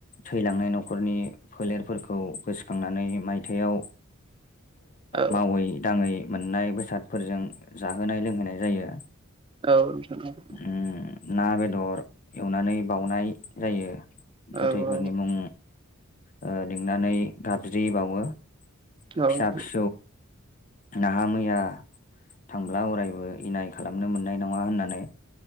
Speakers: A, on the left; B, on the right.
A: थैलांनाय न'खरनि फोलेरफोरखौ गोसोखांनानै मायथायाइयाव
B: औ
A: मावै दाङै मोननाय बेसादफोरजों जाहोनाय लोंहोनाय जायो।
B: औ।
A: उम ना बेदर एवनानै बाउनाय जायो
B: औ
A: गोथैफोरनि
B: औ
A: मुं ओ लेंनानै गाबज्रि बावो फिसा
B: औ औ
A: - फिस नाहा मैया थांब्ला अरायबो इनाय खालामनो मोननाय नङा होननानै